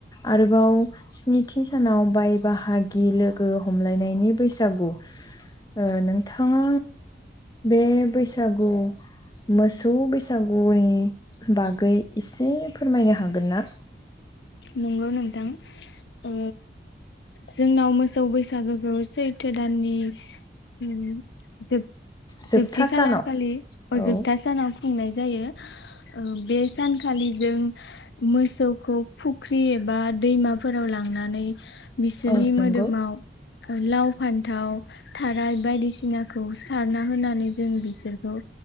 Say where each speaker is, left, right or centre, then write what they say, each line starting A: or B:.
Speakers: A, on the left; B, on the left.
A: आरोबाव स्निथि सानाव बाय बाहागि लोगो हमलायनायनि बैसागु। ओ नोंथाङा बे बैसागु मोसौ बैसागुनि बागै एसे फोरमायनो हागोन ना
B: नंगौ नोंथां ओ जोंनाव मोसौ बैसागोखौ सैथो दाननि उम जोब
A: जोबथा
B: जोबथि खालारखालि
A: सानाव
B: अजोबथा
A: औ
B: सानाव खुंनाय जायो ओ बे सानखालि जों मोसौखौ फुख्रि एबा दैमाफोराव लांनानै बिसोरनि
A: औ नंगौ
B: मोदोमाव लाव, फान्थाव, थाराय बायदिसिनाखौ सारना होनानै जों बिसोर खौ